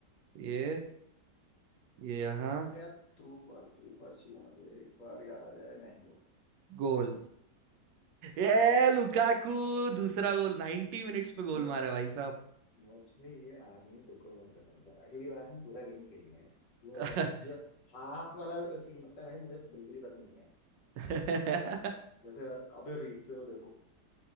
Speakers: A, on the right; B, on the left.
A: ये ये यहाँ
B: अरे यार थ्रू पास थ्रू पास चाहिए मुझे एक बार याद आ जाए नहीं हुआ
A: गोल ये लुकाकू दूसरा गोल 90 मिनट्स पे गोल
B: मु-
A: मारा भाई साहब
B: मुझे ये आदमी बिल्कुल नहीं पसंद है अगली बार हम पूरा गेम खेलेंगे ये
A: <laughs>
B: जो हाफ वाला सीन होता है भाई मुझे बिल्कुल ही पसंद नहीं है
A: क्या
B: जैसे यार अबे replay तो देखो